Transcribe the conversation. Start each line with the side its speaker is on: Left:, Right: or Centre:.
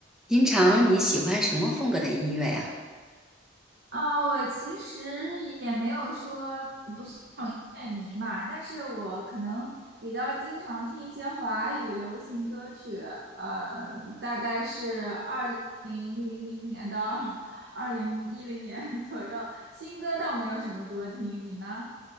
Centre: 平常你喜欢什么风格的音乐呀？
Right: 啊，我其实也没有说不是那种音乐迷嘛，但是我可能比较经常听一些华语流行歌曲，呃，大概是二零零零年到 <laughs> 二零一零年 <laughs> 左右，新歌倒没有什么多听，你呢？